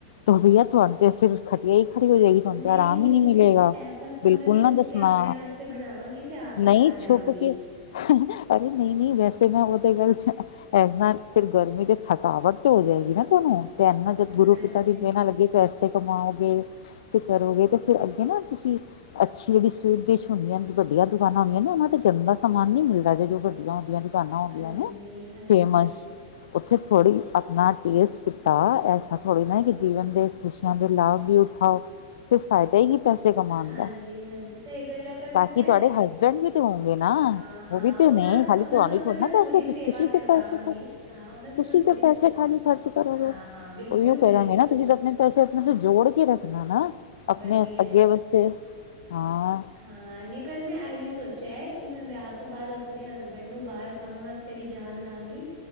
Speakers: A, on the left; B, on the right.
A: ਖਟੀਆ, ਤੁਹਾਡ ਤੇ ਫਿਰ ਖਟੀਆ ਹੀ ਖੜੀ ਹੋ ਜਾਏਗੀ, ਤੁਾਨੂੰ
B: ਨਹੀਂ-ਨਹੀਂ
A: ਤੇ ਆਰਾਮ ਹੀ ਨਹੀਂ ਮਿਲੇਗਾ,
B: ਇਹ ਸਭ ਤਾਂ
A: ਬਿਲਕੁਲ
B: ਮੈਂ ਛੁਪ
A: ਨਾ ਦੱਸਣਾ।
B: ਕੇ ਆਪਣੇ ਵਾਸਤੇ ਬਣਾਵਾਂਗੀ, ਤੇ ਆਪ
A: ਨਹੀਂ
B: ਹੀ ਖਾ
A: ਛੁਪ
B: ਜਾਵਾਂਗੀ।
A: ਕੇ ਅਰੇ ਨਹੀਂ- ਨਹੀਂ, ਵੈਸੇ ਮੈਂ ਉਹ ਤੇ ਗੱਲ ਚ ਇਨਾ ਫਿਰ, ਗਰਮੀ ਦੇ ਥਕਾਵਟ ਤੇ ਹੋ ਜਾਏਗੀ ਨਾ ਤੁਹਾਨੂੰ, ਤੇ ਇਨਾ ਜਦ ਗੁਰੂ
B: ਹਾਂਜੀ,
A: ਪਿਤਾ ਦੀ ਦੇਹ ਨਾ ਲੱਗੇ ਪੈਸੇ ਕਮਾਓਗੇ ਤੇ ਕਰੋਗੇ ਤੇ, ਫੇਿਰ ਅੱਗੇ ਨਾ ਤੁਸੀਂ ਅੱਛੀ ਜਿਹੜੀ ਡਸ਼ ਹੁੰਦੀ ਹਨ ਵੱਡੀਆਂ ਦੁਕਾਨਾਂ ਹੁੰਦੀਆਂ ਨੇ, ਉਹਨਾਂ ਤੇ ਗਰਮ ਦਾ ਸਮਾਨ ਨੀ ਮਿਲਦਾ, ਜ ਜੋ ਵੱਡੀਆਂ ਹੁੰਦੀਆਂ ਦੁਕਾਨਾਂ ਹੁੰਦੀਆਂ
B: ਹਾਂਜੀ,
A: ਨੇ,
B: ਹਾਂਜੀ।
A: ਫੇਮਸ ਉੱਥੇ ਥੋੜ੍ਹੀ ਆਪਣਾ ਟੇਸਟ ਕੀਤਾ, ਐਸਾ ਥੋੜ੍ਹੀ ਨਾ ਕੀ ਜੀਵਨ ਦੇ, ਖੁਸ਼ੀਆਂ ਦੇ, ਲਾਭ ਵੀ ਉਠਾਓ। ਫਿਰ ਫਾਇਦਾ ਹੀ ਕੀ ਪੈਸੇ ਕਮਾਉਣ
B: ਹਾਂਜੀ-ਹਾਂਜੀ
A: ਦਾ,
B: ਸਹੀ ਗੱਲ ਹੈ ਪਰ
A: ਬਾਕੀ
B: ਪਤਾ
A: ਤੁਹਾਡੇ
B: ਹੈ
A: ਹਸਬੈਂਡ ਵੀ ਹੋਂਗੇ ਨਾ,
B: ਹਾਂ-ਹਾਂ
A: ੳ ਵੀ
B: ਉਹਨਾਂ-ਉਹਨਾਂ
A: ਤੇ ਨੇ, ਖਾਲੀ ਤੂੰ
B: ਤੋਂ
A: ਅ
B: ਤਾਂ
A: ਥੋੜ
B: ਮੈਂ
A: ਨਾ
B: ਪੂਰੀ
A: ਪੈਸਰੀ
B: ਸੇਵਾ
A: ਕਿ
B: ਕਰਵਾਵਾਂਗੀ
A: ਪੈਸ
B: ਹਾਂ ਉਹਨਾਂ ਤੋਂ
A: ਤੁਸੀਂ
B: ਮੈਂ ਪੂਰੀ
A: ਕਿ ਪੈਸੇ
B: ਸੇਵਾ
A: ਖਾਲੀ ਖਰਚ ਕਰੋਗੇ,
B: ਹਾਂ-ਹਾਂ ਬਿਲਕੁਲ-ਬਿਲਕੁਲ
A: ਉਹੀਓ ਕਹਿਾਂਗੇ ਨਾ ਤੁਸੀਂ ਤਾਂ ਆਪਣੇ ਪੈਸੇ ਆਪਣੇ ਜੋੜ ਕੇ ਰੱਖਣਾ ਨਾ, ਆਪਣੇ
B: ਵਧੀਆ
A: ਅੱਗੇ
B: ਹੈ
A: ਵਾਸਤੇ,
B: ਤਾਂ
A: ਹਾਂ।
B: ਹਾਂ, ਨ ਪਰ ਮੈਂ ਇਹੀ ਸੋਚਿਆ ਹੈ, ਕਿ ਮੈਂ ਵਿਆਹ ਤੋਂ ਬਾਅਦ ਆਪਣੇ ਹਸਬੈਂਡ ਨੂੰ, ਬਾਹਰ ਕੰਮ ਵਾਸਤੇ ਤੇ ਵੀ ਜਾਣ ਦਾਂਗੀ,